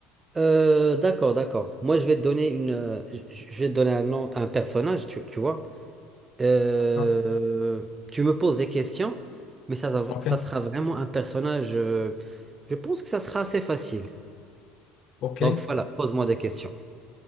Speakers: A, on the right; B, on the left.
A: Euh, d'accord, d'accord. Moi, je vais te donner une, euh, je je vais te donner un nom, un personnage, tu, tu vois. Euh,
B: D'accord.
A: tu me poses des questions, mais ça,
B: Ok,
A: ça sera vraiment un personnage. euh, je pense que ça sera assez facile.
B: ok.
A: Donc voilà, pose-moi des questions.